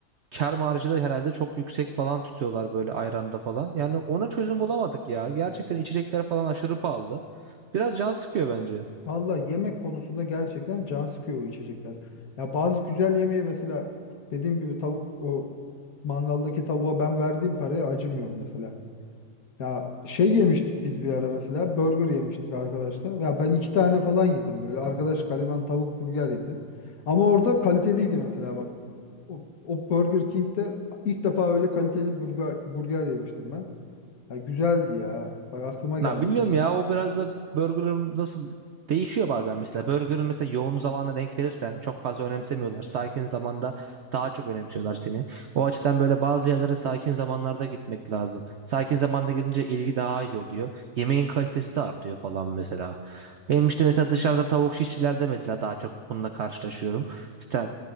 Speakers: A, on the right; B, on the left.
A: kar marjı da herhalde çok yüksek falan tutuyorlar böyle ayranda falan. Yani ona çözüm bulamadık ya. Gerçekten içecekler falan aşırı pahalı. Biraz can sıkıyor bence.
B: <laughs> Valla yemek konusunda gerçekten can sıkıyor o içecekler. Ya bazı güzel yemeği mesela dediğim gibi tavuk o mangaldaki tavuğa ben verdiğim paraya acımıyorum mesela. Ya şey yemiştik biz bir ara mesela burger yemiştik arkadaşlar. Ya ben iki tane falan yedim böyle. Arkadaş gariban tavuk burger yedi. Ama orada kaliteliydi mesela bak. O, o Burger King'de ilk defa öyle kaliteli burger, burger yemiştim ben. Ya güzeldi ya. Bak aklıma
A: Na
B: geldi
A: bilmiyorum
B: şimdi.
A: ya o biraz da burger'ın nasıl değişiyor bazen mesela. Burger'ın mesela yoğun zamana denk gelirsen çok fazla önemsemiyorlar. Sakin zamanda daha çok önemsiyorlar seni. O açıdan böyle bazı yerlere sakin zamanlarda gitmek lazım. Sakin zamanda gidince ilgi daha iyi oluyor. Yemeğin kalitesi de artıyor falan mesela. Benim işte mesela dışarıda tavuk şişçilerde mesela daha çok bununla karşılaşıyorum. İşte